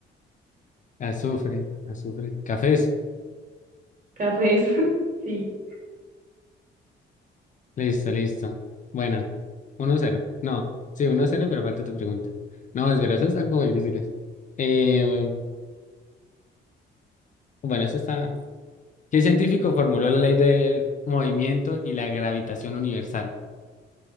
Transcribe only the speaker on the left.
azufre, azufre, cafés.
Listo, listo. Bueno, uno cero No, sí, uno cero pero falta tu pregunta. No, es verdad, esas están como difíciles. Eh, bueno, eso está. ¿Qué científico formuló la ley del movimiento y la gravitación universal?